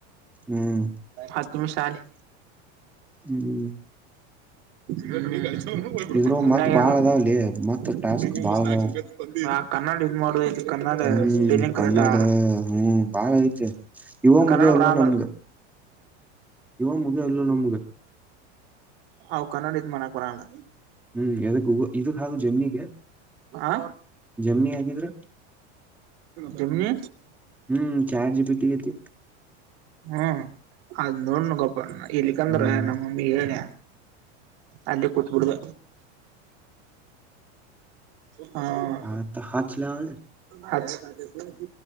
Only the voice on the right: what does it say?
ಹಾತ್ತುಮಿ ಶಾಲೆ.
ಹ್ಮ್ <unintelligible>
<inaudible> ಹಾ ಕನ್ನಡ ಇದ್ ಮಾಡದಐತಿ ಕನ್ನಡ
ಸ್ಪೆಲ್ಲಿಂಗ್
ಕರೆಕ್ಟಾ.
ಕನ್ನಡ ಬರಲ್ಲ
ಹಾವು ಕನ್ನಡಿ ಇದು ಮಾಡಕ್ ಬರಲ್ಲ.
ಆ
ಜಮಿನಿ
ಹ್ಮ್ ಅದ್ ನೋಡ್ಣ ಗಪ್ಪಣ್ಣ ಇಲ್ಲಿಕಂದ್ರ
ನಮ್ಮ. ನಮಗ್ ಹೇಳ ಅಲ್ಲಿ ಕುೂತ್ಬಿಡ್ದ. ಹ
ಹಚ್